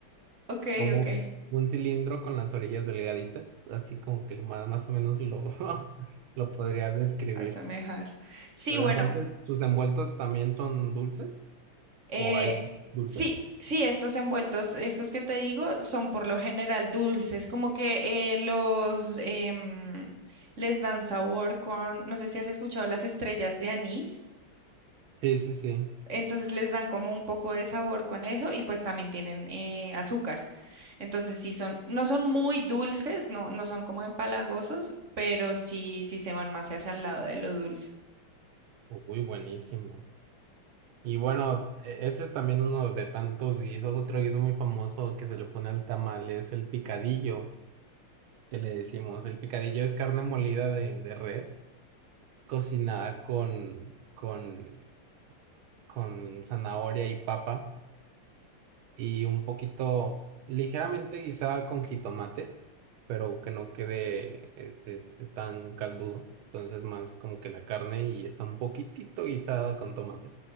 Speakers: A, on the right; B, on the right.
A: Ok,
B: como
A: ok.
B: un cilindro con las orillas delgaditas, así como que lo más, más o menos lo, <laughs> lo podría describir.
A: Asemejar. Sí,
B: Pero
A: bueno,
B: entonces, ¿sus envueltos también son dulces?
A: eh,
B: ¿O hay dulces?
A: sí, sí, estos envueltos, estos que te digo, son por lo general dulces, como que eh, los em, les dan sabor con, no sé si has escuchado las estrellas de anís,
B: Sí, sí, sí.
A: entonces les dan como un poco de sabor con eso y pues también tienen eh, azúcar. Entonces sí son, no son muy dulces, no, no son como empalagosos, pero sí, sí se van más hacia el lado de lo dulce.
B: Uy, buenísimo. Y bueno, e- ese es también uno de tantos guisos. Otro guiso muy famoso que se le pone al tamal es el picadillo. que le decimos. El picadillo es carne molida de, de res, cocinada con, con, con zanahoria y papa y un poquito ligeramente guisada con jitomate, pero que no quede eh, este, tan caldudo. Entonces más como que la carne y está un poquitito guisada con tomate.